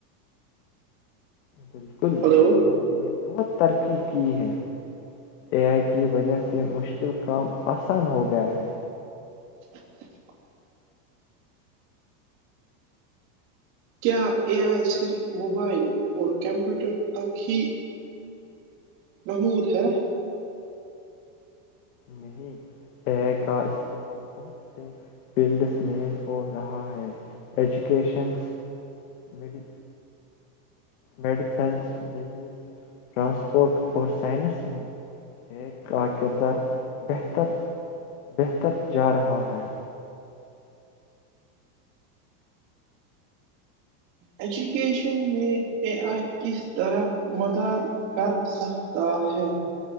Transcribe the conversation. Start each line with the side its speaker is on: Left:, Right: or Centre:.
Left: بالکل
Right: ہلو
Left: ٹیکنالوجی نے بہت ترقی کی ہے اے آئی کی وجہ سے مشکل کام آسان ہو گیا ہے
Right: <inaudible> کیا اے آئی صرف موبائل اور کمپیوٹر تک ہیح محمود ہے
Left: نہیں ہے کا استعمال بہت سے فیلڈس میں ہو رہا ایجوکیشنس میڈی میڈیسنس بزنس ٹرانسپورٹ اور سائنس میں ایک کا کردار بہتر بہتر جا رہا ہے
Right: ایجوکیشن میں اے آئی کس طرف مدد کر سکتا ہے